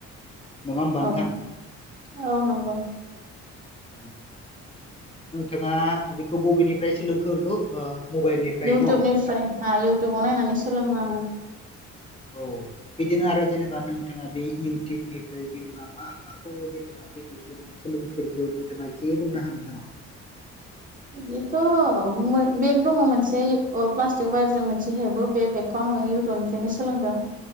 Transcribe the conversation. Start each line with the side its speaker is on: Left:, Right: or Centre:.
Left: नङा होमबा
Right: औ
Left: नोंथां
Right: औ नंगौ।
Left: उम। नोंथाङा अबे खौ बबेनिफ्राय सोलोंखो होनखो ओ मबाइलनिफ्राय
Right: इउटुबनिफ्राय
Left: न' औ
Right: नाय इउटुबाव नायनानै सोलोङो आङो।
Left: औ बिदिनो आरो जेनेबा नोंथाङा बे इउटुबनिफ्राय जेनेबा मा माखौ जेनेबा दिनैसिम सोलोंफेरखो नोंथाङा एसे बुंनो हागोन नामा?
Right: बेथ'मो बेग दङ मोनसे अ प्लास्टिक वायारजों मोनसे हेबो बे बेगखौ आङो इउटुबनिफ्रायनो सोलोंदों